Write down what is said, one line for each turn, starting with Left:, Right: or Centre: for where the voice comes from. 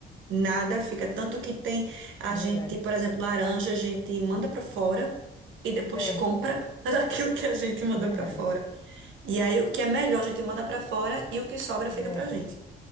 Right: Nada fica. Tanto que tem a
Left: É
Right: gente,
Left: verdade.
Right: por exemplo, laranja, a gente manda para fora e depois
Left: É,
Right: compra
Left: é
Right: <laughs> daquilo que a gente mandou
Left: verdade.
Right: para fora. E aí o que é melhor a gente manda para fora e o que sobra fica
Left: É,
Right: pra gente.